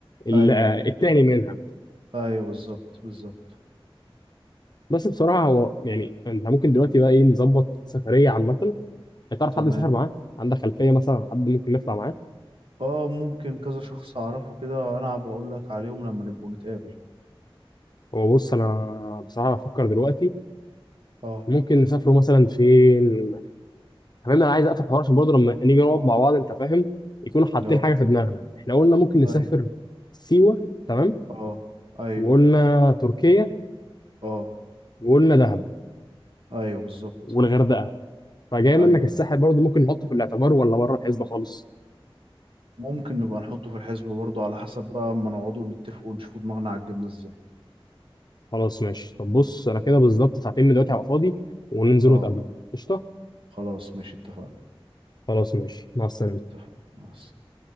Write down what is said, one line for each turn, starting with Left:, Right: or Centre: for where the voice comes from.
Left: ال-
Right: أيوه
Left: التاني منها
Right: أيوه بالظبط بالظبط
Left: بس بصراحه هو يعني انت ممكن دلوقتي بقى ايه نظبط سفريه عامه تعرف
Right: تمام
Left: حد مسافر معاه عندك خلفيه مثلا عن حد ممكن نطلع معاه
Right: اه ممكن كذا شخص أعرفه كده أنا هبقى أقول لك عليهم لما نبقوا نتقابل
Left: هو بص انا بصراحه بفكر دلوقتي
Right: اه
Left: ممكن نسافروا مثلا فين فاهم انا عايز اقفل حوار عشان برضه لما نيجي نقعد مع بعض انت فاهم يكونوا حاطين
Right: اه
Left: حاجه في دماغنا احنا قلنا ممكن نسافر
Right: أيوه
Left: سيوه تمام
Right: اه أيوه
Left: وقلنا تركيا
Right: اه
Left: وقلنا دهب
Right: أيوه بالظبط
Left: والغردقه فجاي منك
Right: أيوه
Left: الساحل برضه ممكن نحطه في الاعتبار ولا بره الحسبه خالص
Right: ممكن نبقى نحطه في الحسبة برضه على حسب بقى اما نقعدوا نتفقوا ونشوفوا دماغنا عالجبنة ازاي
Left: خلاص ماشي طب بص انا كده بالظبط ساعتين من دلوقتي هبقى فاضي وننزل
Right: اه
Left: نتقابله قشطه
Right: خلاص ماشي اتفقنا
Left: خلاص ماشي مع السلامه
Right: اتفقنا مع السلامة